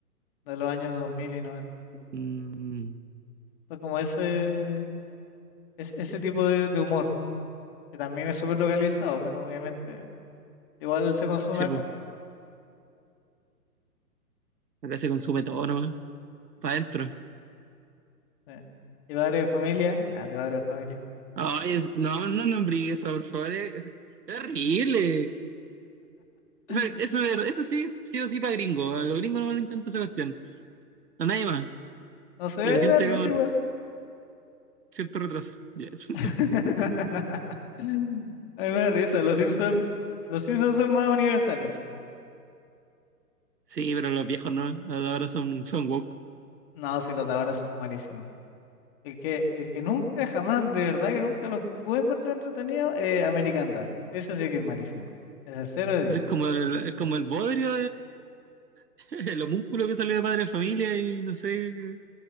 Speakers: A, on the left; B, on the right.
A: de los años 2000 y 90,
B: Mm,
A: Son como ese, es- ese tipo de de humor. que también es súper localizado, pero obviamente igual se consume
B: sí,
A: acá.
B: pues. Acá se consume todo nomás. Para adentro.
A: sí. Y padre de familia, grande padre de familia.
B: Ay, es- no, no nombré eso, por favor. Es, es horrible. Eso,
A: <laughs>
B: eso, de- eso sí, es sí o sí para gringo. A los gringos no lo intenta esa cuestión. A nadie más.
A: No sé,
B: Y
A: a
B: a la
A: mí
B: gente
A: me da risa
B: con
A: igual.
B: cierto retraso. Ya. <laughs>
A: <laughs> A mí me da risa, los Simpsons, los Simpsons son más universales, sí.
B: Sí, pero los viejos no. Ahora son, son woke.
A: No, sí, los de ahora son malísimos. El que, el que nunca, jamás, de verdad que nunca lo pude encontrar entretenido, eh, American Dad. Ese sí que es malísimo. Ese es 0 de diez,
B: Eso es como el, es como el bodrio <laughs> El homúnculo que salió de Padre de Familia y no sé,